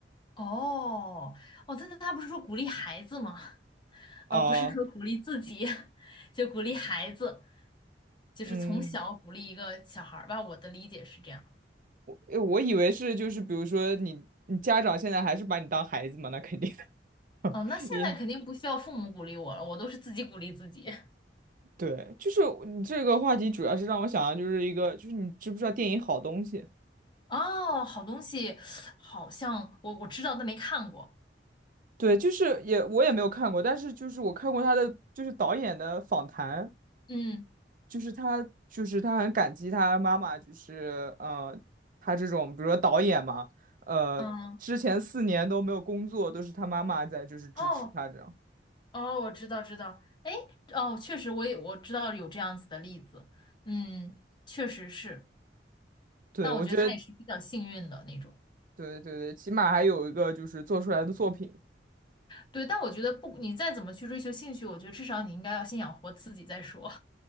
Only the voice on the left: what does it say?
哦，哦，真的，他不是说鼓励孩子吗？
而不是说鼓励自己，<laughs> 就鼓励孩子，就是从小鼓励一个小孩儿吧。
我的理解是这样。
哦，那现在肯定不需要父母鼓励我了，
我都是自己鼓励自己。
哦，好东西，好像我我知道，但没看过。
嗯
嗯，
哦哦，我知道知道。哎，哦，确实我也我知道有这样子的例子。嗯，确实是，
但我觉得他也是比较幸运的那种。
对，但我觉得不，你再怎么去追求兴趣，我觉得至少你应该要先养活自己再说。